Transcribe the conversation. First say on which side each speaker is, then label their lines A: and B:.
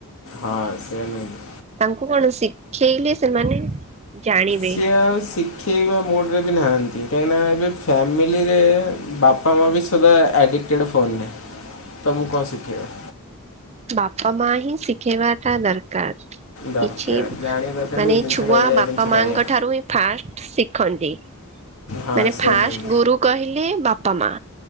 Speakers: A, on the left (about 65°); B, on the right (about 30°).
A: ହଁ ସେଇଆ <inaudible>
B: ତାଙ୍କୁ କଣ ଶିଖେଇଲେ ସେମାନେ ଜାଣିବେ।
A: ସିଏ ଆଉ ଶିଖେଇବା ମୋଡ଼୍ ରେ ବି ନାହାନ୍ତି, କାହିଁକିନା ଏବେ ଫ୍ୟାମିଲି ରେ ବାପା ମା ବି ସଦା ଆଡ଼ିକ୍ଟେଡ଼୍ ଫୋନ୍ ରେ, ତୋମକୁ କଣ ଶିଖେଇବେ?
B: ବାପା ମା ହିଁ ଶିଖେଇବାଟା ଦରକାର।
A: ଦରକାର
B: କିଛି
A: ଜାଣିବା ଦରକାର
B: ମାନେ
A: ଯେ ଏଇ
B: ଏ
A: ଜିନିଷଟା
B: ଛୁଆ
A: ଏଇଆ ଏଇ
B: ବାପା
A: ଜିନିଷଟା
B: ମାଙ୍କ
A: ଏଇଆ
B: ଠାରୁ ହିଁ ଫାଷ୍ଟ ଶିଖନ୍ତି।
A: ହଁ
B: ମାନେ
A: ସେୟା
B: ଫାଷ୍ଟ
A: ନୁହେଁ
B: ଗୁରୁ କହିଲେ ବାପା ମା,